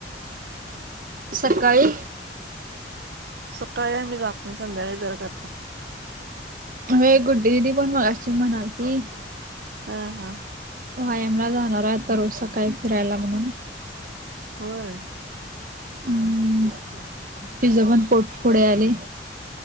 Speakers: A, on the right (about 50°); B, on the right (about 65°).
A: सकाळी
B: सकाळी आम्ही जात नाय संध्याकाळी जर करतो.
A: होय गुड्डी दिदी पण मगाशी म्हणालती.
B: हा हा.
A: व्यायामला जाणार हाय आता रोज सकाळी फिरायला म्हणून.
B: होय.
A: हम्म -तिझ पण पोट पुढे आलय.